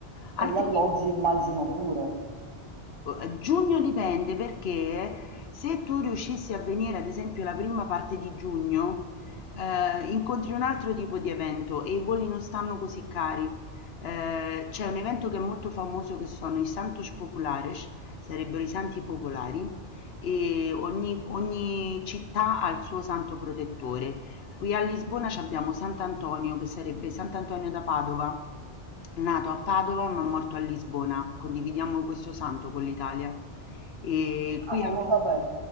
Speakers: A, on the left (about 65°); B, on the right (about 25°).
A: Altrimenti
B: E gli alloggi immagino pure.
A: eh, Giugno dipende perché se tu riuscissi a venire ad esempio la prima parte di giugno, eh, incontri un altro tipo di evento e i voli non stanno così cari. Eh, c'è un evento che è molto famoso che sono i Santos Populares, sarebbero i santi popolari, e ogni, ogni città ha il suo santo protettore. Qui a Lisbona c'abbiamo sant'Antonio che sarebbe sant'Antonio da Padova, nato a Padova ma morto a Lisbona. Condividiamo questo santo con l'Italia. E
B: Ah,
A: qui
B: non
A: anche
B: lo sapevo.